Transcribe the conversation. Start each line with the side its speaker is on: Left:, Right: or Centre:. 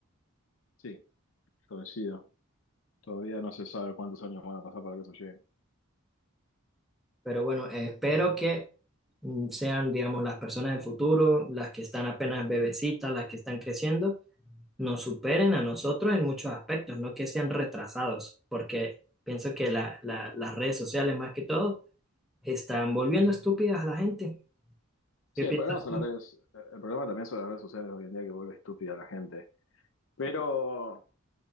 Left: Sí, coincido. Todavía no se sabe cuántos años van a pasar para que eso llegue.
Centre: Pero bueno, eh, espero que mm, sean, digamos, las personas del futuro, las que están apenas bebecitas, las que están creciendo nos superen a nosotros en muchos aspectos, no que sean retrasados, porque pienso que la- la- las redes sociales más que todo están volviendo estúpidas a la gente.
Left: Sí,
Centre: ¿Qué piensas
Left: el problema son
Centre: tú?
Left: las redes, el problema también son las redes sociales hoy en día que vuelve estúpida a la gente. Pero